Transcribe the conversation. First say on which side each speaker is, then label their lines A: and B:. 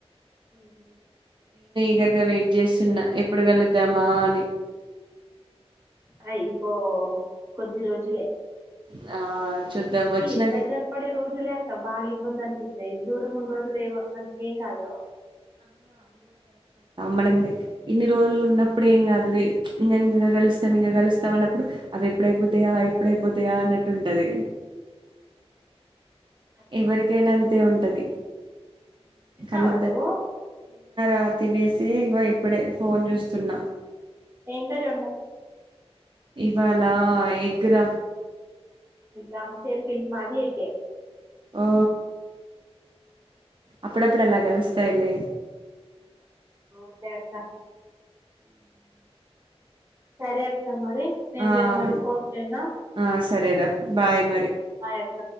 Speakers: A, on the right; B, on the right.
A: ఉమ్.
B: దగ్గరగా వెయిట్ చేస్తున్నా ఎప్పుడు కలుద్దామా అని
A: అయిపో కొద్ది రోజులే
B: ఆ చూద్దాం వచ్చినాక
A: ఈ దగ్గర పడ రోజులే అక్క బాగా ఇబ్బంది అనిపించ్చేది దూరంగా ఉన్న రోజ్ అసలు ఏమో ఏం కాదు
B: మనం ఇన్ని రోజులు ఉన్నప్పుడు ఏం కాదు ఇంగా ఇంగా కలుస్తాం ఇంగా కలుస్తాం అన్నప్పుడు అవి ఎప్పుడైపోతాయా ఎప్పుడయిపోతాయా అన్నట్టుంటది
A: అవునక్క
B: ఎవరికైనా అంతే ఉంటది
A: ఉమ్. తిన్నావా
B: కలు
A: నువ్వు
B: ఆ తినేసి ఇంగో ఇప్పుడే ఫోన్ చూస్తున్నా
A: ఏం కర్రీ
B: ఇవాళ ఎగ్ రా
A: ఇద్దరము సేమ్ పించ్ మాది ఎగ్గే
B: ఆ అప్పుడప్పుడు అలా కలుస్తాయిలే
A: అవునే అక్క సరే అక్క మరి నేను
B: ఆ
A: రేపు
B: అవును
A: మళ్ళీ ఫోన్ చేయనా
B: ఆ సరేరా బాయ్ మరి
A: బాయ్ అక్క